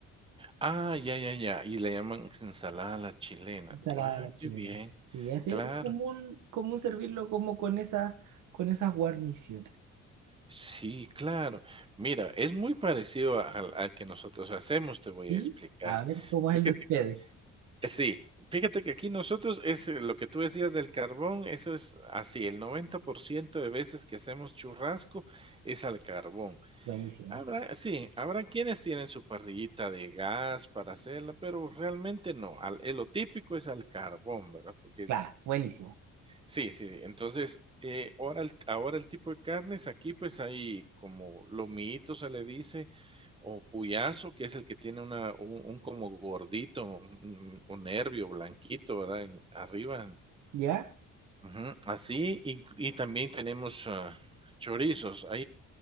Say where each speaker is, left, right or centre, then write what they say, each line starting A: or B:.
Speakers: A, on the right; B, on the right.
A: Ah, ya, ya, ya. Y le llaman ensalada a la chilena.
B: ensalada
A: Ah,
B: a la chilena.
A: qué bien.
B: Sí, así
A: Claro.
B: es común, común servirlo como con esas, con esas guarniciones.
A: Sí, claro. Mira, es muy parecido a- al, al que nosotros hacemos, te voy
B: ¿Sí?
A: a explicar.
B: A ver cómo
A: Fíjate
B: es el de ustedes.
A: que, eh, sí, fíjate que aquí nosotros es eh, lo que tú decías del carbón, eso es así, el 90% de veces que hacemos churrasco es al carbón.
B: Buenísimo.
A: Habrá, sí, habrá quienes tienen su parrillita de gas para hacerla, pero realmente no. Al, eh, lo típico es al carbón, ¿verdad? Porque
B: Claro, buenísimo.
A: sí, sí, sí. Entonces, eh, ahora, el, ahora el tipo de carnes, aquí pues hay como lomito se le dice, o puyazo, que es el que tiene una, un, un como gordito, un, un nervio blanquito, ¿verdad? En- arriba, en-
B: ¿Ya?
A: ujú, así, y, y también tenemos ah, chorizos